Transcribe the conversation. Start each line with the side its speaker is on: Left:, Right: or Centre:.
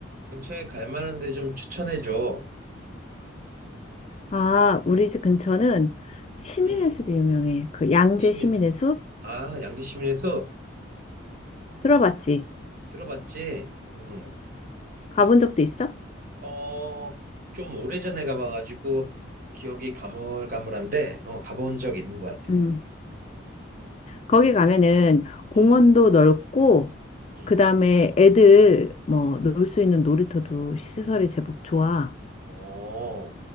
Right: 근처에 갈 만한 데 좀 추천해 줘.
Left: 아, 우리 집 근처는 시민의
Right: 음,
Left: 숲이 유명해. 그 양재
Right: 시민.
Left: 시민의 숲
Right: 아, 양지 시민에서
Left: 들어봤지?
Right: 들어봤지? 음.
Left: 가본 적도 있어?
Right: 어, 좀 오래전에 가봐가지고 기억이 가물가물한데 어, 가본 적 있는 것 같아.
Left: 음. 거기 가면은 공원도
Right: 음,
Left: 넓고
Right: 음.
Left: 그다음에 애들 뭐 놀 수 있는 놀이터도 시설이 제법 좋아.
Right: 어,